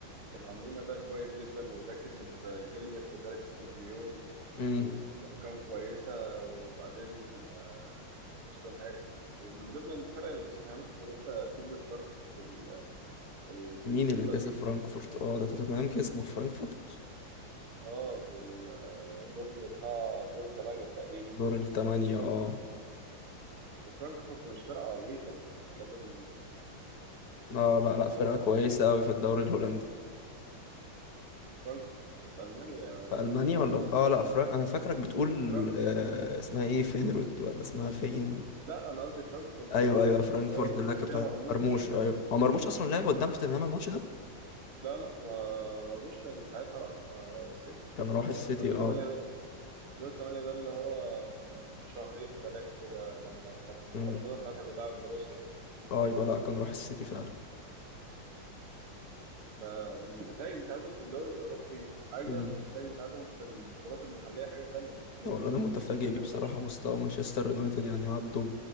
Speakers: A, on the right (about 80°); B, on the left (about 60°).
A: كانوا عاملين أداء كويس جدا وده كسب آه، جيلمت وده كسب ليون
B: امم
A: وبأرقام كويسة وبعدين آه، وصلوا نهائي ومن ضمن الفرق اللي توتنهام كسبتها كسبت فرانكفورت ال-
B: مين
A: في البطولة
B: اللي كسب
A: دي في
B: فرانكفورت اه ده توتنهام كسبه في فرانكفورت
A: اه في الدور بتاع دور الثمانية تقريبا
B: دور الثمانية
A: وفرانكفورت
B: اه
A: وفرانكفورت مش فرقة عبيطة انت بتتكلم
B: لا لا لا
A: عن
B: فرقة كويسة أوي في الدوري الهولندي
A: فرانكفورت في ألمانيا
B: في ألمانيا
A: انت
B: ولا اه لا فرق أنا فاكرك بتقول
A: فرق
B: آه اسمها ايه فينرود ولا اسمها فين
A: لا انا قصدي فرانكفورت
B: أيوه
A: بتاعت
B: أيوه فرانكفورت
A: آه، اللي
B: اللي
A: كان
B: كانت
A: فيها
B: بتاعت
A: مرموش
B: مرموش أيوه هو مرموش أصلا لعب قدام توتنهام الماتش ده
A: لا لا ما- مرموش كان ساعتها راح آه، السيتي
B: كان راح
A: ودور
B: السيتي
A: الثمانية
B: اه
A: دور الثمانية ده اللي هو كان من شهرين ثلاثة كده لما كان
B: مم.
A: برشلونة ساعتها بيلعب بروسيا
B: اه يبقى لا كان راح السيتي فعلا
A: فاهم النتائج بتاعتهم في الدوري الأوروبي حاجة
B: مم.
A: والنتائج بتاعتهم في البطولات المحلية حاجة تانية الاتنين
B: والله
A: لسه
B: انا
A: خسرانين
B: متفاجئ
A: آخر
B: بيه بصراحه
A: ماتش
B: مستوى مانشستر يونايتد يعني عدوا